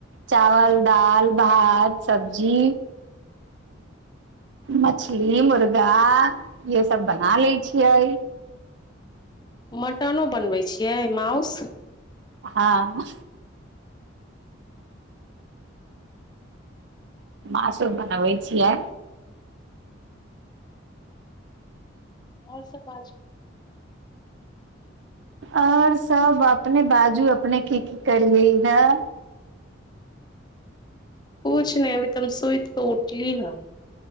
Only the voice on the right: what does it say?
चावल दालि भात सबजी मछली मुर्गा इएहसभ बना लै छियै
हाँ मउँसो बनबै छियै
आओर सभ अपने बाजू अपने की की करियै रहए